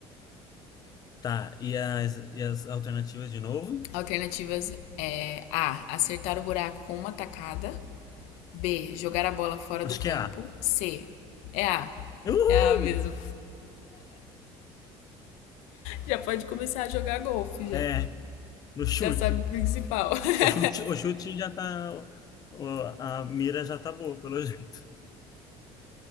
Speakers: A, on the left (about 35°); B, on the left (about 85°).
A: Tá, e as, e as alternativas de novo?
B: Alternativas é A. Acertar o buraco com uma tacada. B. Jogar a bola fora
A: Acho
B: do campo.
A: que é A.
B: C. É A.
A: Uhul!
B: É A mesmo. Já pode começar a jogar golfe já.
A: É, no chute.
B: Já sabe o principal. <laughs>
A: O chute, o chute já tá. o- a mira já tá boa, pelo <laughs> jeito.